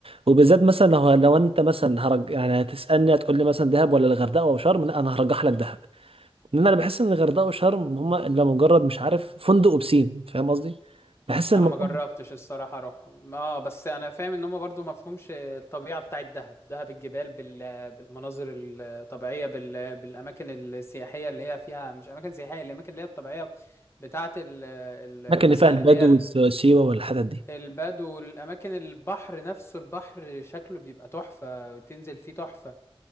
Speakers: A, on the right; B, on the left.
A: وبالذات مثلا لو لو انت مثلا هرج يعني هتسالني هتقول لي مثلا دهب ولا الغردقه او شرم لا انا هرجح لك دهب لان انا بحس ان الغردقه وشرم هما الا مجرد مش عارف فندق وبسين فاهم قصدي بحس ان
B: انا
A: الموضوع-
B: ما جربتش الصراحة اروحهم اه بس انا فاهم ان هم برضه ما فهمش الطبيعة بتاعت دهب دهب الجبال بال... بالمناظر الطبيعية بال... بالاماكن السياحية اللي هي فيها مش اماكن سياحية الاماكن اللي هي الطبيعية بتاعت ال... ال...
A: الاماكن اللي
B: مثلا
A: فيها البدو
B: اللي هي
A: والسيوه والحتت دي
B: البدو الأماكن البحر نفسه البحر شكله بيبقى تحفة تنزل فيه تحفة